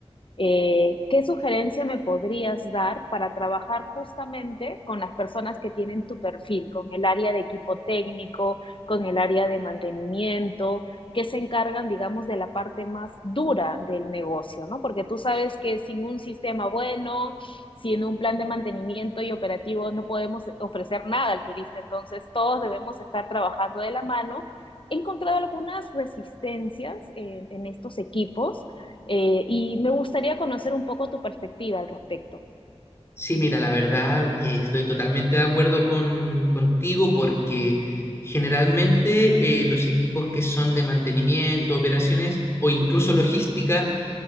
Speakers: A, on the left; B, on the left.
A: Eh, ¿qué sugerencia me podrías dar para trabajar justamente con las personas que tienen tu perfil, con el área de equipo técnico, con el área de mantenimiento, que se encargan, digamos, de la parte más dura del negocio, ¿no? Porque tú sabes que sin un sistema bueno, sin un plan de mantenimiento y operativo, no podemos ofrecer nada al turista. Entonces, todos debemos estar trabajando de la mano. He encontrado algunas resistencias en, en estos equipos eh, y me gustaría conocer un poco tu perspectiva al respecto.
B: Sí, mira, la verdad, eh, estoy totalmente de acuerdo con, contigo porque generalmente eh, los equipos que son de mantenimiento, operaciones o incluso logística,